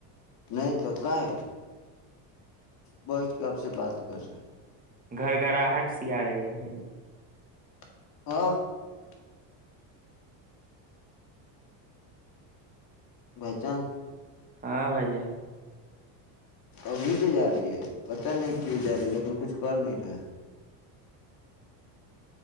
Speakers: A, on the left (about 45°); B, on the right (about 15°).
A: نہیں تو کا ہے بیھ کے آپ سے بات کر رہے <inaudible>
B: گھر گراہٹ سی آ رہی ہے بھائی <inaudible>
A: <inaudible> پہچان <inaudible>
B: ہاں بھائی جان <inaudible>
A: ابھی بھی جا رہی ہے پتا نہیں کیوں جا رہی لیکن کچھ کر نہیں رہے <inaudible>